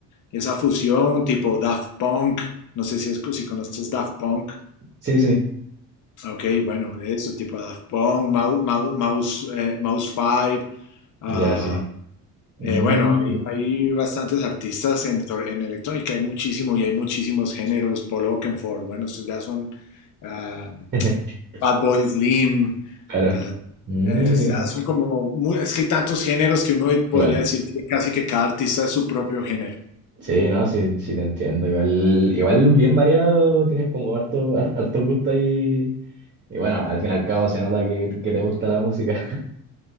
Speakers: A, on the left; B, on the right.
A: esa fusión tipo Daft Punk, no sé si, es, si conoces Daft Punk.
B: Sí, sí,
A: Ok, bueno, eso, tipo Daft Punk, Mouse, Mouse, eh, Mouse 5. ah,
B: ya sí.
A: eh,
B: Mm.
A: bueno, hay, hay bastantes artistas en, sobre- en electrónica, hay muchísimo y hay muchísimos géneros. Paul Oakenfold, bueno, estos ya son ah,
B: <laughs>
A: Bad Boy Slim.
B: Claro.
A: ah,
B: Mm,
A: es-
B: que-
A: ya son como, mu- es que hay tantos géneros que uno
B: claro.
A: podría decir que casi que cada artista es su propio género.
B: Sí, no, sí, sí te entiendo. Igual, igual bien variado, tienes como harto, har- harto gusto ahí. Y bueno, al fin y al cabo se nota que, que te gusta la música.